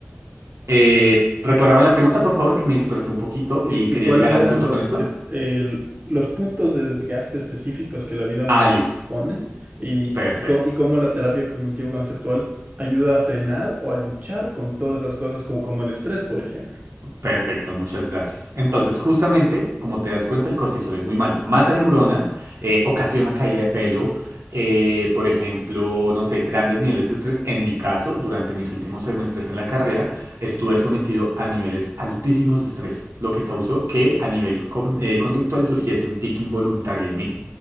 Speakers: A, on the right; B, on the right.
A: Eh, recuérdame la pregunta, por favor, que me dispersé un poquito
B: ¿Qué-
A: y
B: qué-
A: quería
B: cuáles
A: llegar a
B: eran
A: un punto
B: los,
A: con esto.
B: es- el- los puntos de desgaste específicos que la vida moderna
A: Ah, listo.
B: pone y,
A: Perfecto.
B: y co- y cómo la terapia cognitivo-conceptual ayuda a frenar o a luchar con todas esas cosas como, como el estrés, por ejemplo?
A: Perfecto, muchas gracias. Entonces, justamente, como te das cuenta, el cortisol es muy malo. Mata neuronas, eh, ocasiona caída de pelo, eh, por ejemplo, no sé, grandes niveles de estrés. En mi caso, durante mis últimos semestres en la carrera, estuve sometido a niveles altísimos de estrés, lo que causó que a nivel con- eh, conductual surgiese un tic involuntario en mí.